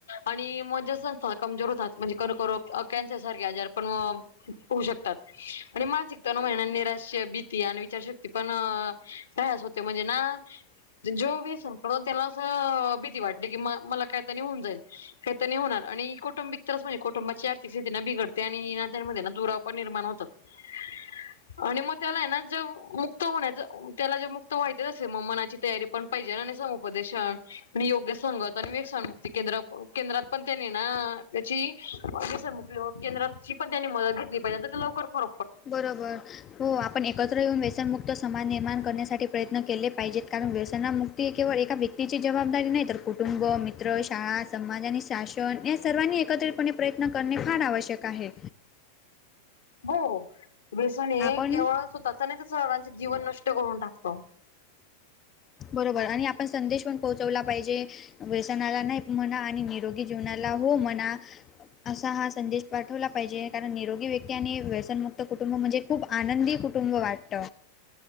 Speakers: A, on the left; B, on the left.
A: आणि मज्यासंत कमजोर होतात, म्हणजे कर्करोग कॅन्सर सारखे आजार पण मग होऊ शकतात आणि मानसिक तर मन निराश भीती आणि विचारशक्ती पण तयास होते म्हणजे ना, जो <unintelligible> त्याला असं भीती वाटली की म मला कायतरी होऊन जाईल. ते नी होणार आणि कौटुंबिक त्रास म्हणजे कुटुंबाची आर्थिक स्थिती न बिघडते आणि नात्यांमध्ये ना दुराव पण निर्माण होतो. हहं <unintelligible> आणि मग त्याला आहे ना जे मुक्त होण्याचं त्याला जे मुक्त व्हायचं असेल मग मनाची तयारी, पण पाहिजे आणि ना समुपदेशन आणि संगत आणि व्यसाणमुक्ती केंद्र, केंद्रात पण त्यानी ना त्याची व्यसनमुक्ती केंद्रात पण त्यांनि मदत घेतली पाहिजे, आता तर ते लवकर फर
B: बरोबर हो आपण एकत्र येऊन व्यसनमुक्त समाज निर्माण करण्यासाठी, प्रयत्न केले पाहिजेत. कारण व्यवसनामुक्ती केवळ एका व्यक्तीची जबाबदारी नाही तर कुटुंब, मित्र, मित्र, शाळा, समाज आणि शासन या सर्वांनी एकत्रितपणे प्रयत्न करणे फार आवश्यक आहे.
A: हो व्यसन हे
B: आपण
A: केवळ स्वतःच नाही तर सर्वांचे जीवन नष्ट करून टाकतो.
B: बरोबर आणि आपण संदेश पण पोहोचवला पाहिजे. व्यसनाला नाही म्हणा आणि निरोगी जीवनाला हो म्हणा. असा हा संदेश पाठवला पाहिजे, कारण निरोगी व्यक्ती आणि व्यसनमुक्त कुटुंब म्हणजे, खुप आनंदी कुटुंब वाटत.